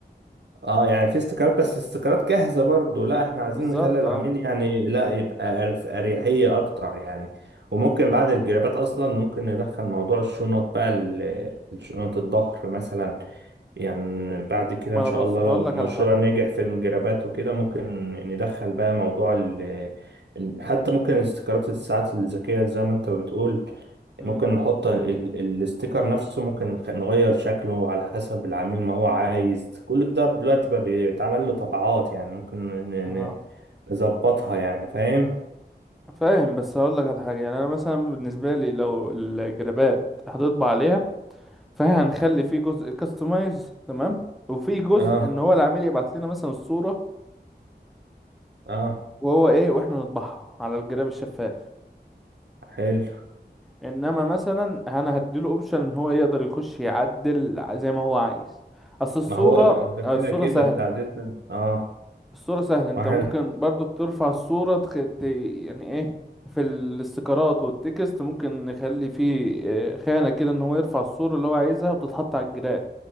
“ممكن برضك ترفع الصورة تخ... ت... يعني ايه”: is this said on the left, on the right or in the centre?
Centre